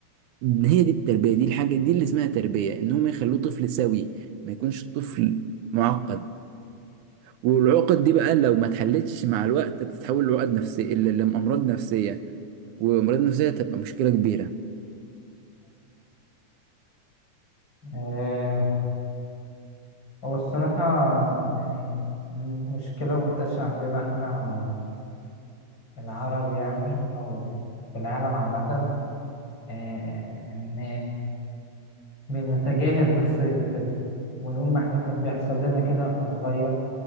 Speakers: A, on the right; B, on the left.
A: هي دي التربية دي الحاجة دي اللي اسمها تربية ان هم يخلوه طفل سوي ما يكونش طفل معقد والعقد دي بقى لو ما اتحلتش مع الوقت بتتحول لعقد نفسية ل- لأمراض نفسية وأمراض نفسية تبقى مشكلة كبيرة
B: أيوه هو الصراحة يعني م- مشكلة منتشرة عندنا احنا العرب يعني أو في العالم عامة آه، إن بنتجاهل نفسية الطفل ونقول ما احنا كان بيحصل لنا كده واحنا صغير